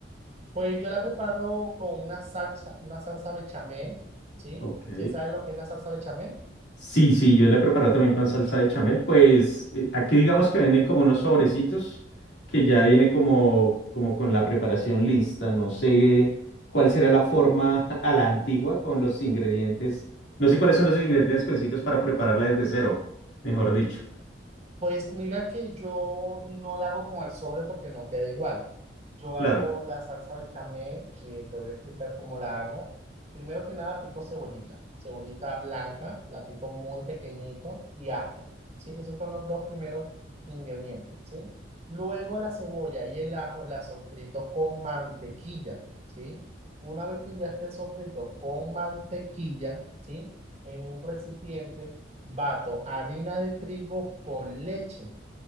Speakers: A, on the right; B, on the left.
A: Pues yo la preparo con una salsa, una salsa bechamel, ¿sí?
B: Ok.
A: ¿Sí sabes lo que es la salsa bechamel?
B: Sí, sí, yo la he preparado también con salsa de chamel. Pues eh, aquí digamos que venden como unos sobrecitos que ya viene como, como con la preparación lista. No sé cuál será la forma <laughs> a la antigua con los ingredientes. No sé cuáles son los ingredientes específicos para prepararla desde cero, mejor dicho.
A: Pues mira que yo no la hago con el sobre porque no queda igual. Yo
B: Claro.
A: hago la salsa bechamel, eh, te voy a explicar cómo la hago. Primero que nada pico cebollita, cebollita blanca, la pico muy pequeñito y ajo, ¿sí? Esos son los dos primeros ingredientes, ¿sí? Luego la cebolla y el ajo la sofrito con mantequilla, ¿sí? Una vez que ya esté sofrito con mantequilla, ¿sí? En un recipiente. Bato harina de trigo con leche.